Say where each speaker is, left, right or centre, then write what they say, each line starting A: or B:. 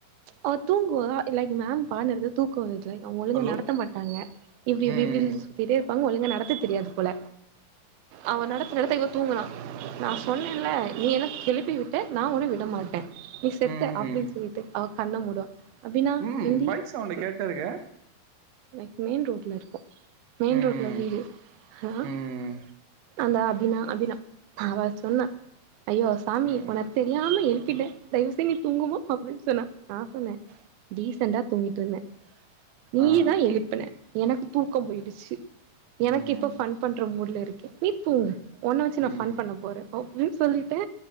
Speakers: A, on the right; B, on the right.
A: அவ தூங்குவா லைக் மேம் பாட நடத்துறது தூக்கோ வருது லைக் அவுங்க ஒழுங்க
B: ஹலோ
A: நடத்த மாட்டாங்க இப்டி இப்டி
B: ம்
A: இப்டின் சுத்திட்டே இருப்பாங்க ஒழுங்கா நடத்த தெரியாது போல அவ நடத்த நடத்த இவ தூங்குனா நா சொன்னேன்ல நீ எனக் எழுப்பி விட்ட நா ஒன்ன விட மாட்டே நீ செத்த
B: ம்
A: அப்டின் சொல்லிட்டு அவ கண்ண மூடுவா அப்டினா
B: ம்
A: இந்தி
B: பைக் சவுண்ட
A: ம்
B: கேட்டருக்க
A: லைக் மெயின் ரோட்ல இருக்கோ மெயின்
B: ம்
A: ரோட்ல வீடு ஹ ஆ
B: ம்
A: அந்தா அபினா அபினா அவ சொன்னா ஐயோ சாமி
B: ம்
A: உன
B: ம்
A: தெரியாம எழுப்பிட்டே தயவுசென் நீ தூங்குமா அப்டின் சொன்னா நா சொன்னே டீசன்டா தூங்கிட்ருந்தே நீதா
B: ஆ
A: எழுப்புன எனக்கு தூக்கோ போயிடுச்சு எனக்கு
B: ம்
A: இப்ப ஃபன் பண்ற மூட்ல இருக்கே நீ தூங்கு ஒன்ன வச்சி நா
B: ம்
A: ஃபன் பண்ண போறே ஒ அப்டின்னு சொல்லிட்டே